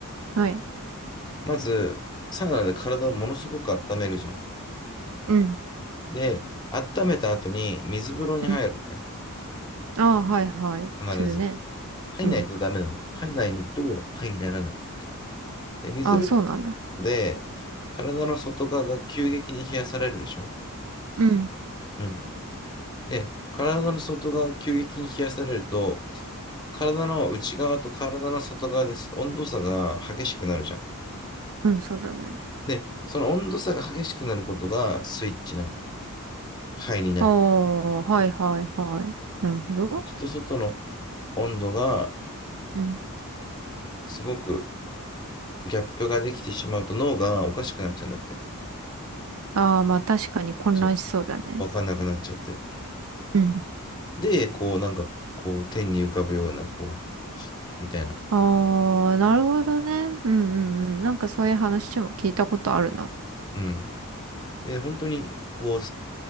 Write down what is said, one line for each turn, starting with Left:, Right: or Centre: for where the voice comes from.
Right: はい。
Left: まず、サウナで体をものすごく温めるじゃん。
Right: うん、
Left: で、温めた後に水風呂に入るのね、
Right: うん。ああ、はいはい。
Left: 必ず。
Right: するね。
Left: 入んないとダメなの。
Right: うん。
Left: 入んないと、肺にならない。で、水風呂で、
Right: ああ、そうなんだ。
Left: 体の外側が急激に冷やされるでしょ
Right: うん、
Left: うん。で、体の外側が急激に冷やされると、体の内側と体の外側です。温度差が激しくなるじゃん。
Right: うん、そうだね。
Left: で、その温度差が激しくなることがスイッチなの。肺になる。
Right: ああ、はいはいはい。なるほど。
Left: 内と外の温度が
Right: うん。
Left: すごくギャップができてしまうと脳がおかしくなっちゃうんだって。
Right: ああ、まあ確かに混乱しそうだね。
Left: そう。わかんなくなっちゃって。
Right: うん
Left: で、こうなんか、こう天に浮かぶような、こう、みたいな。
Right: ああ、なるほどね。うんうんうん。なんかそういう話も聞いたことあるな。
Left: うん。で、本当に、こう、